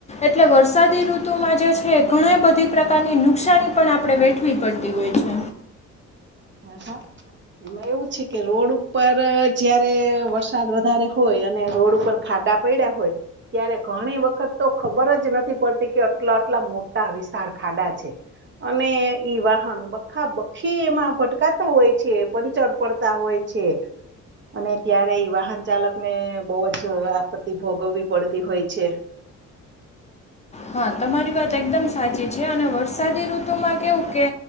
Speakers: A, on the left; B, on the right.
A: એટલે વરસાદી ઋતુ ઋતુમાં જે છે ઘણી બધી પ્રકારની નુકસાની પણ આપણે વેઠવી પડતી હોય છે.
B: હ, એમાં એવું છે કે રોડ ઉપર જયારે વરસાદ વધારે હોય અને રોડ ઉપર ખાડા પડ્યા હોય, ત્યારે ઘણી વખત તો ખબર જ નથી પડતી કે આટલા આટલા મોટા વિશાળ ખાડા છે, અને ઈ વાહન બખાબખી એમાં ફટકાતા હોય છે, પંચર પડતા હોય છે, અને ત્યારે એ વાહન ચાલકને બહ જ આપત્તિ ભોગવવી પડતી હોય છે.
A: હા, તમારી વાત એકદમ સાચી છે, અને વરસાદી ઋતુમાં કેવું કે